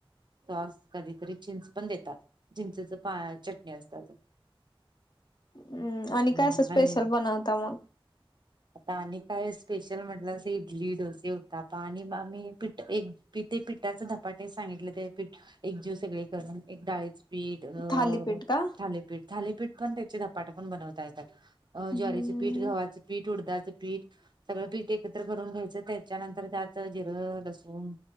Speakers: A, on the right; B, on the left.
A: सॉस कधीतरी चिंच पण देतात. चिंचेच पा -चटणी असतात.
B: हम्म! आणि
A: हम्म
B: काय असं स्पेशल
A: आणि
B: बनवता मग?
A: आता आणि काय स्पेशल म्हटलं अस इडली डोसे उत्तप्पा आणि आम्ही पिठ एक पि ते पिठाच धपाटे सांगितलं ते पठ एक जीव सगळे करून एक डाळी पीठ अ
B: थालीपीठ का
A: थालेपीठ, थालेपीठ पण त्याचे धपाट पण बनवता येतात. अ
B: हम्म
A: ज्वारी च पीठ, गवा च पीठ, उडदा च पीठ, सगळं पीठ एकत्र करून घ्यायचं त्याच्यानंतर त्यात जिरं, लसूण,